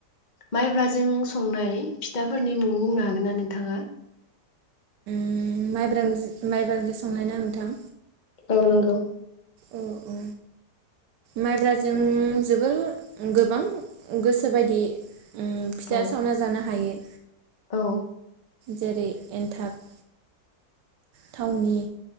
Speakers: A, on the left; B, on the right.
A: माइब्राजों संनाय फिथाफोरनि मुं बुंनो हागोनना नोंथाङा?
B: उम माइब्रा जोस माइब्राजो संनायना नोंथां?
A: औ नोंगौ।
B: औ औ माइब्राजों जोबोर गोबां गोसो बायदि उम फिथा
A: औ
B: सावना जानो हायो।
A: औ
B: जेरै एन्थाब थावनि